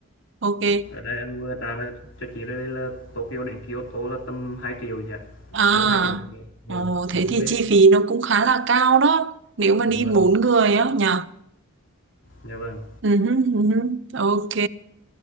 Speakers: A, on the right; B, on the left.
A: Ok.
B: ở đây em vừa trả lời cho chị đây là Tokyo đến Kyoto là tầm 2 triệu dạ
A: À,
B: hơn 2 triệu một người vâng
A: ồ, thế
B: một người
A: thì chi
B: ấy
A: phí nó cũng khá là cao đó. Nếu mà đi
B: dạ vâng
A: bốn người á nhỉ?
B: dạ vâng
A: Ừ, ừ, ok.